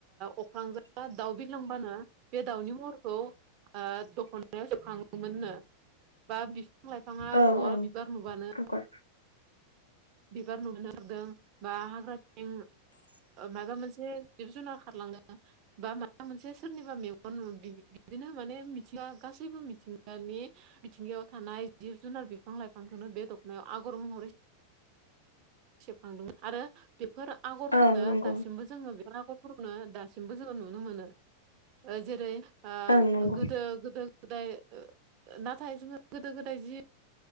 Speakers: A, on the right; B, on the left.
A: अख्रांजों दाउ बिलांबानो बे दाउनि महरखौ दख'नायाव सेबखाङोमोननो बा बि बिफां लाइफाङा
B: औ
A: बहाबा
B: औ
A: बिबार नुबानो
B: आगर
A: बिबार नुनो हादों बा हाग्रानि माबा मोनसे जिब - जुनार खारलाङो। बा माबा मोनसे सोरनिबा मेगन ना बिदिनो माने मिथिङा गासैबो मिथिंगानि मिथिंगायाव थानाय जिब जुनार बिफां लाइफांखौनो बे दखनायाव आगर महरै सेबखांदों आरो बेफोर आगरफोरनो
B: ओं नंगौ
A: दासिमबो जोङो बे आगर फोरखौनो दासिमबो जोङो नुनो मोनो जेरै
B: ओं नंगौ
A: गोदो गोदो गोदाय नाथाय जोङो गोदो गोदाय जि